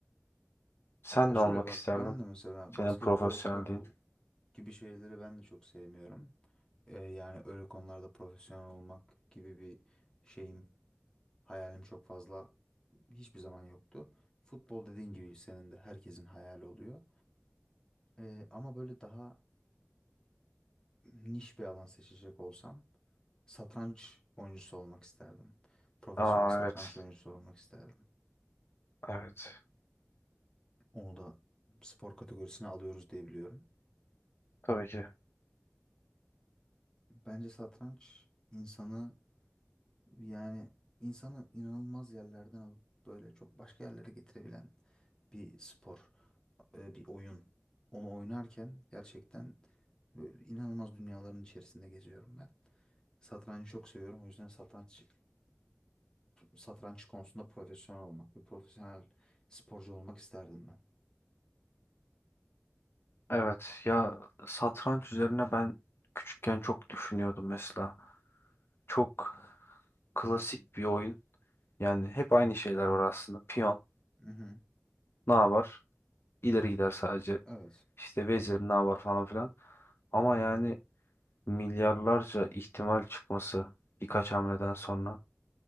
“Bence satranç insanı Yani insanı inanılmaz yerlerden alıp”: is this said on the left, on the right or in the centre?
Left